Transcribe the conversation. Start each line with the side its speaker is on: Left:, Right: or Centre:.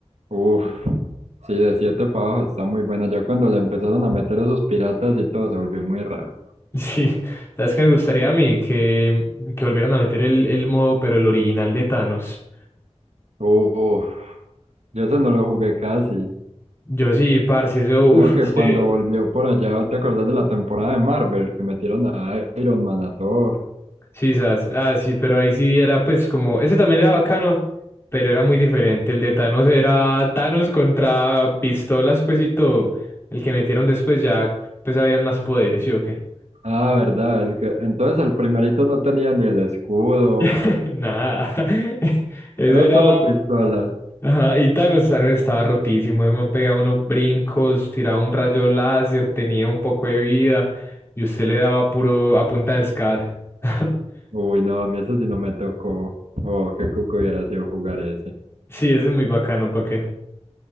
Right: Uf, sí, de 7 para abajo está muy buena. Ya cuando le empezaron a meter esos piratas y todo se volvió muy raro.
Left: <laughs> Sí, sabes que me gustaría a mí que, que volvieran a meter el, el modo, pero el original de Thanos.
Right: Uf, yo eso no lo jugué casi.
Left: Yo sí, parce, eso,
Right: Creo
Left: uff,
Right: que
Left: usted,
Right: cuando volvió por allá, ¿te acordás de la temporada de Marvel? Que metieron a Iron Man, a Thor.
Left: sí, sas, ah, sí, pero ahí sí era pues como, ese también era bacano, pero era muy diferente, el de Thanos era Thanos contra pistolas, pues y todo, el que metieron después ya, pues habían más poderes, ¿sí o qué?
Right: Ah, verdad, el que... entonces el primerito no tenía ni el escudo,
Left: <laughs> Nada. <laughs> Eso
Right: eran
Left: era.
Right: solo pistolas.
Left: Ajá, y Thanos, Thanos estaba rotísimo. Me han pegado unos brincos, tiraba un rayo láser, tenía un poco de vida. Y usted le daba puro a punta de Scar. <laughs>
Right: Uy, no, a mí eso sí no me tocó. Oh, qué cuco hubiera sido jugar ese.
Left: Sí, eso es muy bacano, ¿para qué?